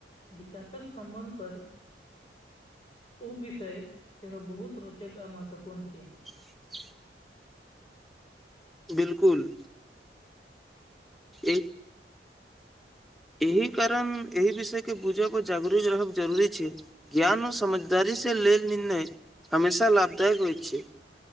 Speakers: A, on the left; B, in the centre.
A: विकासक संबन्ध पर उ विषय सेहो बहुत रोचक आ महत्वपूर्ण छै
B: <inaudible> बिलकुल ई एहि कारण एहि विषय केँ बुझब आ जागरू रहब जरूरी छै ज्ञान आ समझदारी सँ लेल निर्णय हमेशा लाभदायक होइत छै